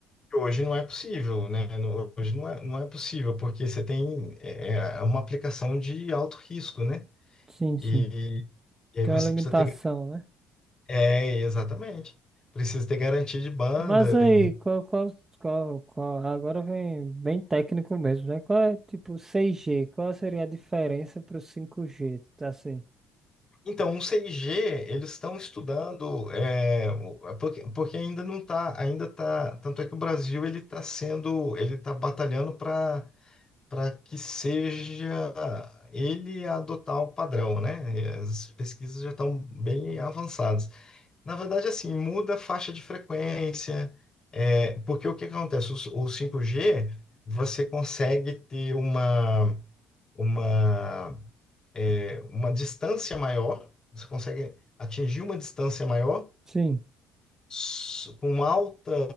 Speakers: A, on the left; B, on the right.
A: hoje não é possível, né? No- Hoje não é, não é possível, porque você tem é, é uma aplicação de alto risco, né?
B: Sim,
A: E,
B: sim.
A: e aí
B: Tem
A: você
B: uma limitação,
A: precisa ter.
B: né?
A: É, exatamente. Precisa ter garantia de banda.
B: Mas aí,
A: E...
B: qual, qual, qual, qual, agora vem bem técnico mesmo, né? Qual é, tipo, 6G? Qual seria a diferença pro cinco g Tá assim.
A: Então, o 6G, eles estão estudando, é, o- é porque, porque ainda não está, ainda tá, tanto é que o Brasil ele está sendo, ele está batalhando para para que seja ele adotar o padrão, né? E As pesquisas já estão bem avançadas. Na verdade, assim, muda a faixa de frequência, é, porque o que que acontece? O, o 5G, você consegue ter uma, uma, é, uma distância maior, você consegue atingir uma distância maior,
B: Sim,
A: s- com alta,